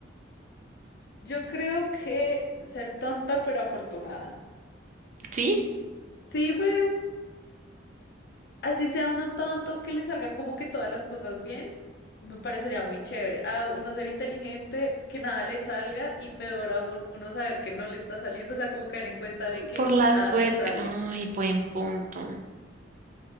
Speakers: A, on the left; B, on the right.
A: Yo creo que ser tonta pero afortunada.
B: ¿Sí?
A: Sí, pues así sea uno tonto, que le salgan como que todas las cosas bien, me parecería muy chévere. A uno ser inteligente, que nada le salga y peor aún, uno saber que no le está saliendo, o sea, como caer en cuenta de que
B: Por la
A: nada
B: suerte.
A: te sale.
B: Ay, buen punto.